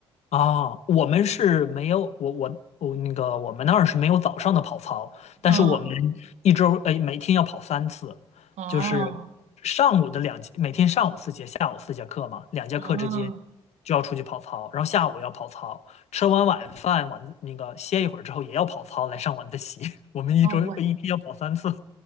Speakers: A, on the left; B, on the right.
A: 啊，我们是没有我我我那个我们那儿是没有早上的跑操，但是我们
B: 嗯，
A: 一周哎每天要跑三次，
B: 哦，
A: 就是上午的两节，每天上午四节，下午四节课嘛，两节课之间
B: 哦，
A: 就要出去跑操，然后下午要跑操，吃完晚饭晚自那个歇一会儿之后也要跑操来上晚自习，<laughs> 我们一周一天要跑三次
B: 哦，我，